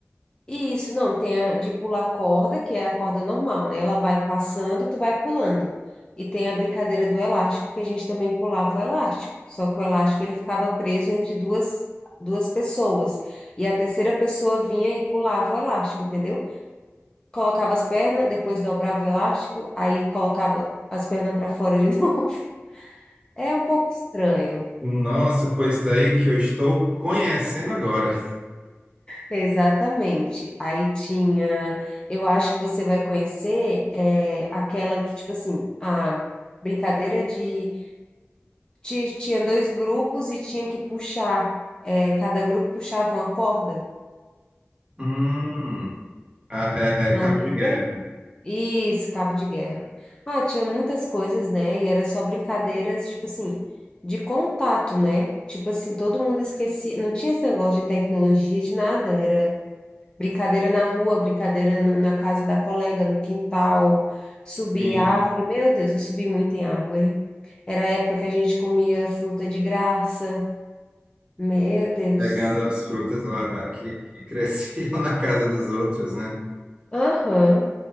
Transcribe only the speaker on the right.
Nossa, pois tá aí que eu estou conhecendo agora.
Hum, ah, é, é
cabo
de guerra,
sim,
pegando as frutas lá da, que, que cresciam <laughs> na casa dos outros, né?